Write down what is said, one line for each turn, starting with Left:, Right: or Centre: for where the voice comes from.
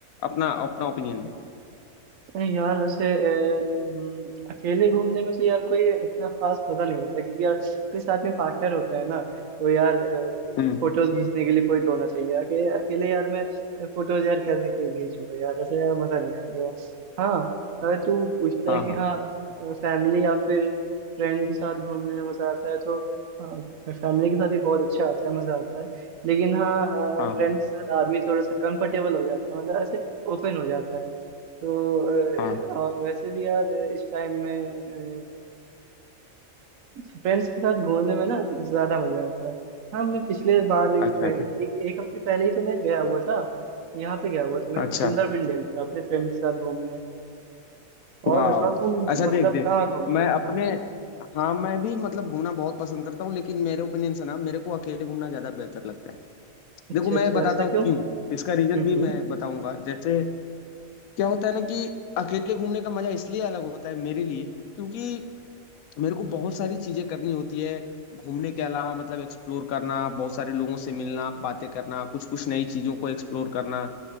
Left: अपना अपना ओपिनियन दे
Right: नहीं यार वैसे अ, हम्म, अकेले घूमने में तो यार कोई उतना खास मजा नहीं होता क्योंकि यार कोई साथ में पार्टनर होता है ना तो यार
Left: हम्म
Right: फोटोज खींचने के लिए कोई तो होना चाहिए अकेले अकेले यार मैं फोटोज यार कैसे खींचूंगा यार ऐसे यार मजा नहीं आएगा हाँ अगर तू पूछता
Left: हाँ
Right: है कि
Left: हाँ
Right: हाँ फैमिली या फिर फ्रेंड के साथ घूमने में मजा आता है तो हाँ फैमिली के साथ भी बहुत अच्छा आता है मजा आता है लेकिन हाँ
Left: हाँ
Right: फ्रेंड के साथ आदमी थोड़ा सा कंफर्टेबल हो जाता है मतलब ऐसे ओपन हो जाता है तो
Left: हाँ
Right: अ, और वैसे भी यार अ, इस टाइम में फ्रेंड्स के साथ घूमने में ना ज्यादा मजा आता है हाँ मैं पिछले बार अ, एक
Left: अच्छा अच्छा
Right: एक हफ्ते पहले ही तो मैं गया हुआ था यहाँ पे गया हुआ था मैं
Left: अच्छा
Right: सुंदरबन डेल पे अपने फ्रेंड के साथ घूमने और
Left: वाह
Right: बताओ तुम
Left: अच्छा देख
Right: मतलब
Left: देख
Right: कहाँ घूमते
Left: मैं
Right: हो
Left: अपने
Right: हाँ हाँ
Left: हाँ मैं भी मतलब घूमना बहुत पसंद करता हूँ लेकिन मेरे ओपिनियन से ना मेरे को अकेले घूमना ज्यादा बेहतर लगता है
Right: अच्छा
Left: देखो मैं
Right: अच्छा
Left: बताता
Right: ऐसा
Left: हूँ
Right: क्यों
Left: क्यों इसका
Right: हम्म
Left: रीजन भी
Right: हम्म
Left: मैं बताऊंगा जैसे क्या होता है ना कि अकेले घूमने का मजा इसलिए अलग होता है मेरे लिए क्योंकि मेरे को बहुत सारी चीजें करनी होती है घूमने के अलावा मतलब एक्सप्लोर करना बहुत सारे लोगों से मिलना बातें करना कुछ कुछ नई चीजों को एक्सप्लोर करना